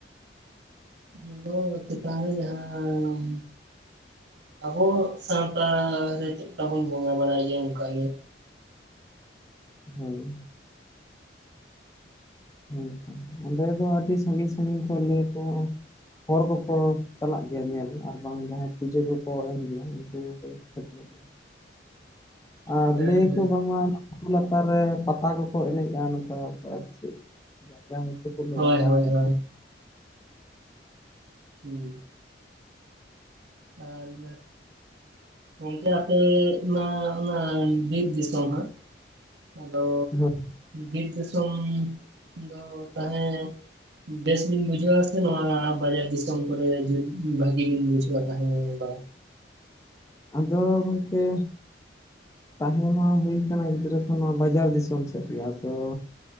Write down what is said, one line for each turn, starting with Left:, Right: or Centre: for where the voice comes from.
Right: ᱱᱚᱣᱟᱫᱳ ᱪᱮᱛᱟᱱ ᱨᱮ ᱡᱟᱦᱟᱸ ᱟᱵᱚ ᱥᱟᱱᱛᱟᱲ ᱪᱮᱫᱠᱟᱵᱚᱱ ᱵᱚᱸᱜᱟ ᱵᱟᱲᱟᱭ ᱜᱮᱭᱟ, ᱚᱱᱠᱟᱜᱮ
Left: ᱦᱳᱭ ᱾ ᱦᱳᱭᱛᱚ ᱚᱸᱰᱮ ᱫᱚ ᱟᱹᱰᱤ ᱥᱟᱹᱜᱤᱧ ᱥᱟᱹᱜᱤᱧ ᱠᱚ ᱞᱟᱹᱭ ᱠᱚᱣᱟ ᱦᱚᱲ ᱠᱚᱠᱚ ᱪᱟᱞᱟᱜ ᱜᱮᱭᱟ, ᱧᱮᱞ ᱟᱨ ᱵᱟᱝ ᱡᱟᱦᱟᱸᱭ ᱯᱩᱡᱟᱹ ᱠᱚᱠᱚ ᱮᱢ ᱜᱮᱭᱟ ᱩᱱᱠᱩ ᱠᱚ ᱥᱮᱴᱮᱨᱚᱜ ᱜᱮᱭᱟ, ᱟᱨ
Right: ᱦᱮᱸ
Left: ᱞᱟᱹᱭ ᱟᱠᱚ
Right: ᱦᱮᱸ
Left: ᱵᱟᱝᱟ ᱞᱟᱛᱟᱨ ᱨᱮ ᱯᱟᱛᱟ ᱠᱚᱠᱚ ᱮᱱᱮᱡ ᱟ ᱱᱚᱝᱠᱟ ᱟᱨ ᱪᱮᱫ ᱡᱟᱭᱜᱟ ᱪᱮᱜᱠᱚ ᱞᱟ.
Right: ᱦᱳᱭ
Left: ᱭᱟ ᱵᱟᱝ
Right: ᱦᱳᱭ
Left: <unintelligible>
Right: ᱦᱳᱭ <unintelligible> ᱟᱨ ᱤᱱᱟᱹ ᱜᱚᱢᱠᱮ ᱟᱯᱮ ᱱᱚᱣᱟ ᱚᱱᱟ ᱵᱤᱨ ᱫᱤᱥᱚᱢ ᱦᱟᱸᱜ, ᱟᱫᱚ
Left: <unintelligible>
Right: ᱵᱤᱨ ᱫᱤᱥᱚᱢ ᱫᱚ ᱛᱟᱸᱦᱚᱞᱮ ᱵᱮᱥ ᱵᱤᱱ ᱵᱩᱡᱷᱟᱹᱣᱟ ᱥᱮ ᱱᱚᱣᱟ ᱵᱟᱡᱟᱨ ᱫᱤᱥᱚᱢ ᱠᱚᱨᱮ ᱵᱷᱟᱹᱜᱤ ᱵᱤᱱ ᱵᱩ ᱡᱟ ᱛᱟᱦᱟᱞᱮ ᱤᱧ ᱵᱟᱝ
Left: ᱟᱫᱚ ᱜᱚᱢᱠᱮ ᱛᱟᱦᱮᱸ ᱢᱟ ᱦᱳᱭ ᱠᱟᱱᱟ ᱜᱤᱫᱽᱨᱟᱹ ᱠᱷᱚᱱ ᱱᱚᱣᱟ ᱵᱟᱡᱟᱨ ᱫᱤᱥᱚᱢ ᱥᱮᱫ ᱜᱮ, ᱟᱫᱚ